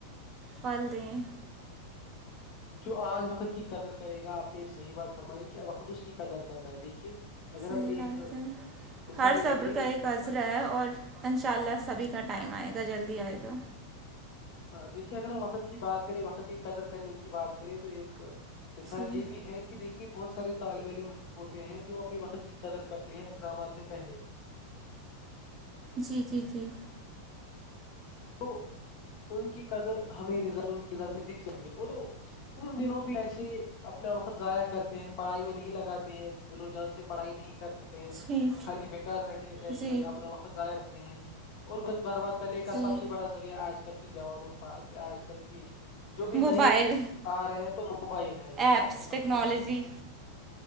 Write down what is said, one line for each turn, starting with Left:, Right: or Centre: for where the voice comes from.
Right: پھل دیں
Left: جو آج وقت کی قدر کرے گا آپ نے صحیح بات فرمائی کیا وقت اس کی قدر کرتا ہے دیکھیے اگر
Right: صحیح
Left: ہم ایک
Right: بات ہے
Left: مثال
Right: ہر
Left: لے
Right: صبر
Left: لیں
Right: کا ایک عذرا ہے اور انشاء اللہ سبھی کا ٹائم آئے گا جلدی آئے گا
Left: ہاں دیکھیے اگر ہم وقت کی بات کریں وقت کی قدر کرنے کی بات کریں تو ایک مثال
Right: جی
Left: یہ بھی ہے کہ دیکھیے بہت سارے طالب علم ہوتے ہیں جو اپنے وقت کی قدر کرتے ہیں اگزامات سے پہلے
Right: جی جی جی
Left: تو ان کی اگر ہمیں ر ان کی رزلٹ دکھ جاتی ہے وہ تو ان دنوں بھی ایسے اپنا وقت ضائع کرتے ہیں پڑھائی میں نہیں لگاتے ہیں د لوگ جان سے پڑھائی نہیں کرتے ہیں
Right: جی
Left: خالی بےیکار بیٹھے رہتے
Right: جی
Left: ہیں اپنا وقت ضائع ہوتے ہیں اور وت برباد کرنے کا
Right: جی
Left: سب سے بڑا ذریعہ آج کل کے جوانوں کے پاسیا آج کل کی جو بھی
Right: موبائل
Left: نئے آ رہے ہیں تو موبائل ہے یہ
Right: ایپس
Left: تو آپ کو پتتا
Right: ٹیکنالوجی
Left: ہی ہوگا